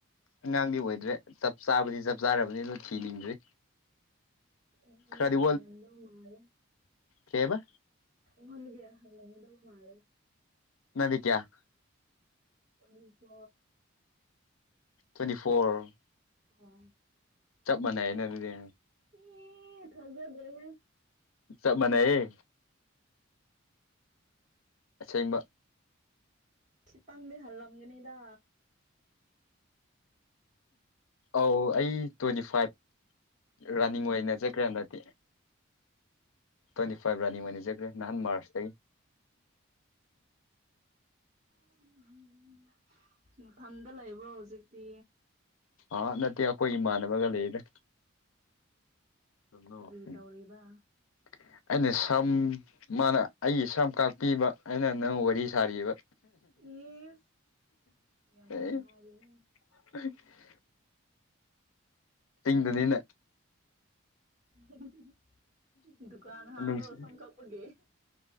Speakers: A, on the left (about 80°); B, on the right (about 35°).
A: ꯑꯉꯥꯡꯗꯤ ꯑꯣꯏꯗ꯭ꯔꯦ ꯆꯞ ꯆꯥꯕꯗꯤ ꯆꯞ ꯆꯥꯔꯕꯅꯤꯅ ꯊꯤꯅꯤꯡꯗ꯭ꯔꯤ
B: <unintelligible>
A: ꯈꯔꯗꯤ ꯀꯩꯍꯥꯏꯕ
B: ꯏꯉꯟꯗꯤ ꯍꯜꯂꯗꯕꯨ ꯃꯥꯜꯗꯅ
A: ꯅꯥꯗꯤꯀꯌꯥ
B: ꯑꯗꯨꯁꯨ
A: ꯇ꯭ꯋꯦꯟꯇꯤ ꯐꯣꯔ
B: ꯑ
A: ꯆꯞ ꯃꯥꯟꯅ ꯌꯦꯅ ꯑꯗꯨꯗꯤ
B: ꯑꯦ ꯐꯖꯗꯔ꯭ꯦꯍꯦ
A: ꯆꯞꯃꯅꯥꯌꯦ ꯑꯁꯦꯡꯕ
B: ꯈꯤꯇꯪꯗꯤ ꯍꯜꯂꯝꯒꯅꯤꯗꯥ
A: ꯑꯧ ꯑꯩ ꯇ꯭ꯋꯦꯟꯇꯤ ꯐꯥꯏꯚ ꯔꯟꯅꯤꯡ
B: ꯏꯁ
A: ꯑꯣꯏꯅ
B: ꯑꯗꯨꯏꯅꯦꯕ
A: ꯆꯠꯈ꯭ꯔꯦ ꯍꯟꯗꯛꯇꯤ ꯇ꯭ꯋꯦꯟꯇꯤ ꯐꯥꯏꯚ ꯔꯟꯅꯤꯡ ꯑꯣꯏꯖꯈ꯭ꯔꯦ ꯅꯍꯥꯟ ꯃꯥꯔꯁꯇꯒꯤ
B: <unintelligible> ꯅꯊꯟꯗ ꯂꯩꯕ꯭ꯔꯣ ꯍꯧꯖꯤꯛꯇꯤ
A: ꯑꯥ ꯅꯠꯇꯦ ꯑꯩꯈꯣꯏ ꯏꯃꯥꯟꯅꯕꯒ ꯂꯩꯗ <unintelligible>
B: ꯀꯔꯤ ꯇꯧꯔꯤꯕ
A: ꯑꯩꯅꯥ ꯁꯝ ꯃꯥꯅ ꯑꯩꯒꯤ ꯁꯝ ꯀꯥꯛꯄꯤꯕ ꯑꯩꯅ ꯅꯪ ꯋꯥꯔꯤ ꯁꯥꯔꯤꯕ
B: ꯏꯁ ꯌꯥꯝ
A: <unintelligible>
B: ꯅꯨꯡꯉꯥꯏꯔꯤꯅꯦ
A: <unintelligible>
B: <unintelligible> ꯗꯨꯀꯥꯟ ꯍꯥꯡꯂꯣ
A: ꯅꯨꯡꯁꯤ
B: ꯁꯝ ꯀꯛꯄꯒꯤ